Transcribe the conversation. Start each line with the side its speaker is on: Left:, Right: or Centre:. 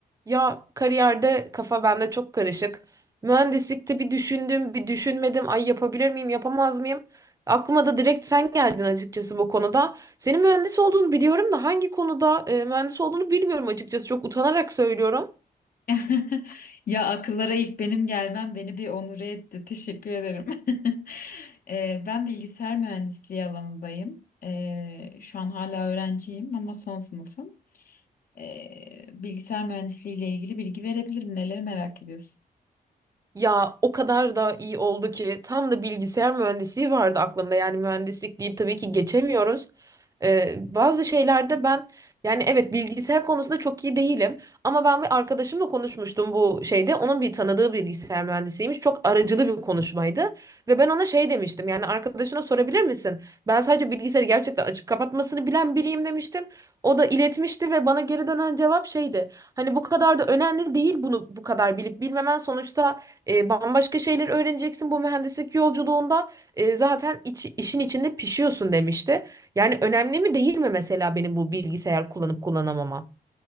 Right: Ya kariyerde kafa bende çok karışık. Mühendislikte bir düşündüm, bir düşünmedim. Ay yapabilir miyim, yapamaz mıyım? Aklıma da direkt sen geldin açıkçası bu konuda. Senin mühendis olduğunu biliyorum da hangi konuda e, mühendis olduğunu bilmiyorum açıkçası. Çok utanarak söylüyorum.
Left: <laughs> Ya akıllara ilk benim gelmem beni bir onure etti. Teşekkür ederim. <laughs> Ee, ben bilgisayar mühendisliği alanındayım. Ee, şu an hala öğrenciyim ama son sınıfım. Ee, bilgisayar mühendisliği ile ilgili bilgi verebilirim. Neleri merak ediyorsun?
Right: Ya o kadar da iyi oldu ki tam da bilgisayar mühendisliği vardı aklımda. Yani mühendislik deyip tabii ki geçemiyoruz. Ee, bazı şeylerde ben yani evet bilgisayar konusunda çok iyi değilim. Ama ben bir arkadaşımla konuşmuştum bu şeyde. Onun bir tanıdığı bilgisayar mühendisiymiş. Çok aracılı bir konuşmaydı. Ve ben ona şey demiştim. Yani arkadaşına sorabilir misin? Ben sadece bilgisayarı gerçekten açıp kapatmasını bilen biriyim demiştim. O da iletmişti ve bana geri dönen cevap şeydi. Hani bu kadar da önemli değil bunu bu kadar bilip bilmemen sonuçta e, bambaşka şeyler öğreneceksin bu mühendislik yolculuğunda. E, zaten iç- işin içinde pişiyorsun demişti. Yani önemli mi değil mi mesela benim bu bilgisayar kullanıp kullanamamam?